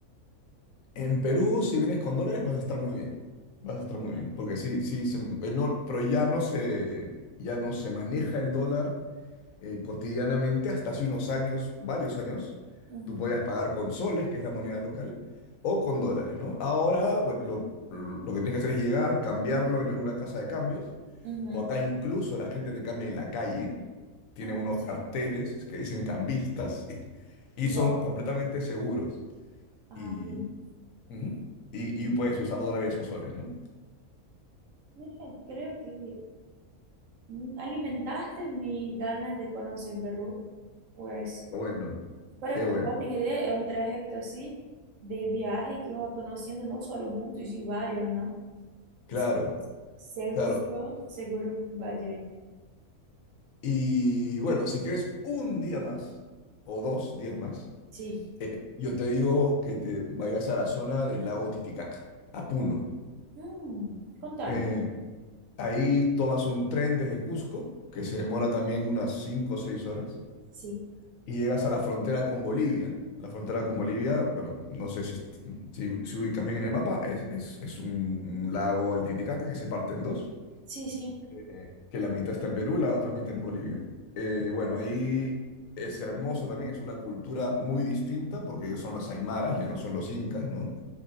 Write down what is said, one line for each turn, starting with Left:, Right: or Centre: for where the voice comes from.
Left: En Perú, si vienes con dólares, vas a estar muy bien. Vas a
Right: Ah,
Left: estar muy
Right: ya.
Left: bien. Porque sí, sí, se- eh, no, pero ya no se, ya no se maneja el dólar eh, cotidianamente, hasta hace unos años, varios años,
Right: Ujú,
Left: tú podías pagar con soles, que es la moneda local, o con dólares, ¿no? Ahora bu- lo, lo que tienes que hacer es llegar, cambiarlo en alguna casa de cambios,
Right: ujú.
Left: o acá incluso la gente te cambia en la calle, tienen
Right: Ah,
Left: unos
Right: sí.
Left: carteles que dicen cambistas <laughs> y,
Right: Lo,
Left: son completamente seguros
Right: ah,
Left: y,
Right: bien.
Left: ujú, y, y puedes usar dólares o soles, ¿no?
Right: Mira, creo que mm, alimentaste mis ganas de conocer Perú, pues,
Left: Qué bueno,
Right: para
Left: qué bueno.
Right: que vos tengas idea, es un trayecto así de viaje que vos vas conociendo no solo un punto, y sí varios, ¿no?
Left: Claro,
Right: Así, seguro,
Left: claro.
Right: seguro vaya ahí.
Left: Y bueno, si tienes un día más o dos días más,
Right: Sí.
Left: eh, yo te digo que te vayas a la zona del lago Titicaca, a Puno.
Right: Mm, contame.
Left: Eh, ahí tomas un tren desde Cusco, que se demora también unas 5 o 6 horas,
Right: Sí,
Left: y llegas a la frontera con Bolivia. La frontera con Bolivia, bueno, no sé si, si, si ubicas bien en el mapa, es, es- es un, un lago, el Titicaca, que se parte en dos.
Right: sí, sí,
Left: eh, que la mitad está en Perú, la otra mitad en Bolivia. Eh, bueno, ahí es hermoso también, es una cultura muy distinta porque ellos son los aymaras, ellos no son los incas, ¿no?